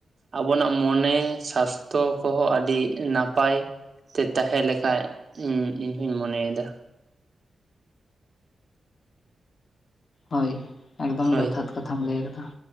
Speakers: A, on the right; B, on the left.
A: ᱟᱵᱚᱱᱟᱜ ᱢᱚᱱᱮ ᱥᱟᱥᱛᱚ ᱠᱚᱦᱚᱸ ᱟᱹᱰᱤ ᱱᱟᱯᱟᱭ ᱛᱮ ᱛᱟᱦᱮᱸ ᱞᱮᱠᱟ ᱤᱧ, ᱤᱧ ᱦᱚᱧ ᱢᱚᱱᱮᱭᱫᱟ
B: ᱦᱳᱭ, ᱮᱠᱫᱚᱢ
A: ᱦᱳᱭ
B: ᱡᱚᱛᱷᱟᱛ ᱠᱟᱛᱷᱟᱢ ᱞᱟᱹᱭ ᱠᱟᱫᱟ